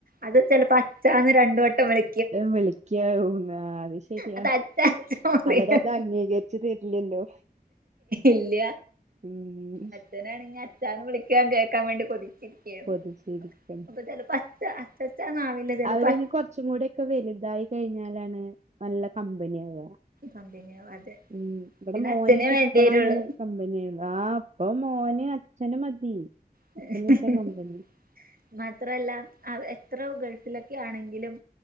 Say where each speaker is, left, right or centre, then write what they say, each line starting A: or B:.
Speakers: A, on the right; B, on the right.
A: അത് ചെലപ്പോ അച്ചാന്ന് രണ്ട് വട്ടം വിളി
B: വിളിക്കാവുന്ന് ആ അത് ശരിയാ
A: അത് അച്ചാച്ചാ പറയും
B: അവരത് അംഗീകരി ച്ച് തരില്ലല്ലോ.
A: ഇല്ല
B: ഉം
A: അച്ഛനാണെങ്കി അച്ഛാന്ന് വിളിക്കാൻ കേക്കാൻ വേണ്ടി കൊതി ച്ചിരിക്കാണ്
B: കൊതിച്ചിരിക്കും
A: അപ്പ ചെലപ്പോ അച്ഛാ അച്ചച്ചാന്നാവില്ല ചെലപ്പോ
B: അവിരിനി കൊറച്ചും കൂടിക്കെ വെലുതായി കഴിഞ്ഞാലാണ് നല്ല കമ്പനിയാവ.
A: സംതിങ്ങാവും അതെ
B: ഉം ഇവടെ
A: പിന്നെ
B: മോനെയിറ്റ്
A: അച്ഛനെ വേണ്ടി
B: ഇപ്പളാണ്
A: വരുള്ളൂ
B: കമ്പനിയായുള്ളു ആ ഇപ്പം മോന് അച്ഛനു മതി
A: <unintelligible>
B: അച്ഛനിട്ട കമ്പനി
A: മാത്രല്ല അ എത്ര ഗൾഫിലൊക്കെ ആണെങ്കിലും